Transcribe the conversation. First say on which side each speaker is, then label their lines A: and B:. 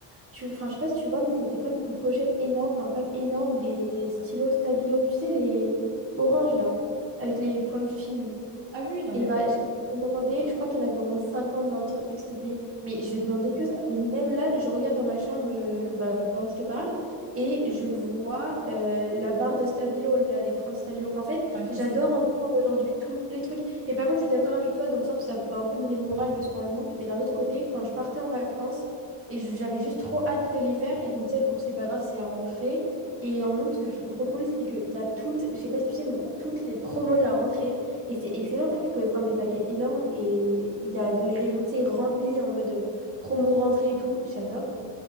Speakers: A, on the right (about 30°); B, on the right (about 65°).
A: tu, enfin je sais pas si tu vois, mais c'était comme une pochette énorme, enfin, un pack énorme des stylos Stabilo, tu sais, les oranges là, avec les pointes fines.
B: Ah oui, oui, non mais
A: Et bah,
B: oui,
A: j'avais demandé, je crois qu'il y en avait au moins 50 dans le truc, s'il te plaît. Mais je demandais que ça. Et même là, je regarde dans ma chambre euh, bah, pendant que je te parle et je vois euh, la barre de stabilo, là, des 30 stabilo. Enfin, en fait,
B: Ah, je
A: j'adore
B: faisais
A: encore aujourd'hui tous les trucs. Et par contre, je suis d'accord avec toi dans le sens où ça pouvait un peu miner le moral que ce soit en août. Mais d'un autre côté, quand je partais en vacances, et je- j'avais juste trop hâte de les faire et je me disais, bon, c'est pas grave, c'est la rentrée. Et en août, ce que je trouve trop cool, c'est qu'il y a toutes, je sais pas si tu sais, mais il y a toutes les promos de la rentrée. Et c'est excellent, je pouvais prendre des paquets énormes et il y a les rayons, tu sais, remplis en mode euh, promo rentrée et tout, j'adore.